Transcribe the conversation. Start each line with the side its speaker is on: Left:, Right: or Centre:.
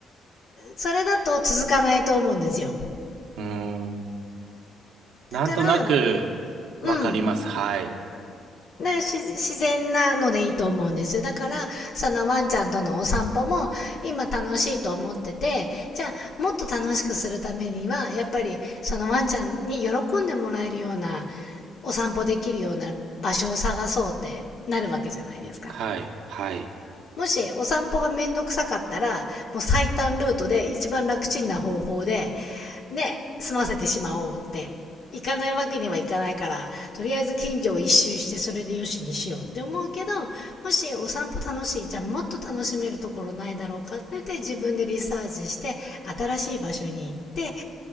Left: それだと続かないと思うんですよ。
Right: うん。なんとなく、
Left: だから、
Right: わかります。
Left: うん、
Right: はい。
Left: ね、自然なのでいいと思うんですよだからそのワンちゃんとのお散歩も今楽しいと思っててじゃあもっと楽しくするためにはやっぱりそのワンちゃんに喜んでもらえるようなお散歩できるような場所を探そうってなるわけじゃないですか。
Right: はい。はい。
Left: もしお散歩がめんどくさかったらもう最短ルートで一番楽ちんな方法でね、済ませてしまおうって、行かないわけにはいかないから、とりあえず近所を一周してそれでよしにしようって思うけど、もしお散歩楽しい、じゃあもっと楽しめるところないだろうかって言って自分でリサーチして、新しい場所に行って、